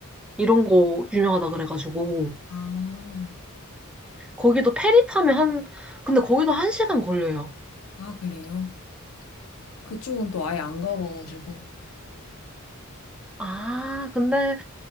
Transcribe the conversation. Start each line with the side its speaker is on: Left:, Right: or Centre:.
Centre: 이런 거 유명하다 그래가지고
Left: 아,
Centre: 거기도 페리 타면 한 근데 거기도 한 시간 걸려요.
Left: 아, 그래요? 그쪽은 또 아예 안 가봐가지고.
Centre: 아 근데